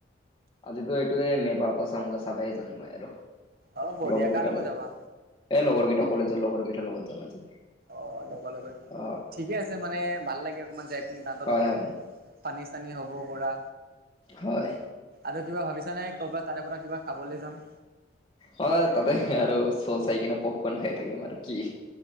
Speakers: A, on the left (about 25°); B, on the right (about 55°).
A: আজিতো এইটোয়ে মে ৱাপচ অওংগা চাবেই জাম মই আৰু
B: অ বঢ়িয়া
A: লগৰ
B: কাৰ
A: কেইটাৰ
B: লগত
A: লগত
B: যাবা
A: এ লগৰকেইটা কলেজৰ লগৰ কেইটাৰ লগত জাম আজি।
B: অ লগৰ লগত
A: অ
B: ঠিকে আছে মানে ভাল লাগে অকমান যাই পিনি তাহতৰ
A: হয়
B: লগত
A: হয়
B: পানী চানী হ'ব পুৰা
A: হয়
B: আৰু কিবা ভাবিছা নে কবাত তাৰে পৰা কিবা খাবলে যাম
A: হয় তাতে আৰু চৌ চাই কিনে পপকন খাই থাকিম আৰু কি